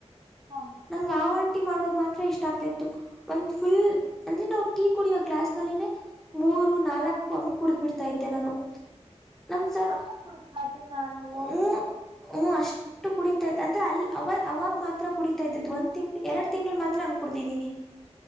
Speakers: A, on the right (about 40°); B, in the centre.
A: ಹಾ
B: ನಂಗ ಆಂಟ ಮಾಡೋ ಮಾತ್ರ ಇಷ್ಟ ಆಗ್ತ ಇತ್ತು ಒಂದ ಫುಲ್ ಅಂದ್ರೆ ನಾವು ಟೀ ಕುಡಿಯೋ ಗ್ಲಾಸ್ ನಲ್ಲಿ ಮೂರು ನಾಲ್ ಹಂಗ್ ಕುಡ್ ಬಿಡ್ತಾ ಇದ್ದೆ ನಾನು ನಮ ಸರ್
A: ಅಷ್ಟೊಂದ್ ಕುಡಿತೀರಾ ಟೀನಾ ನೀವು
B: ಹೂ ಹೂ ಅಷ್ಟ ಟ್ಟ ಕುಡಿತಾ ಇದ ಅಂದ್ರೆ ಅ ಅವ ಅವಾಗ ಮಾತ್ರ ಕುಡಿತಾ ಇದ್ದದು ಒಂದ ತಿಂಗ್ ಎರಡ್ ತಿಂಗಳು ಮಾತ್ರ ಹಂಗ ಕುಡತಿದ್ದೀನಿ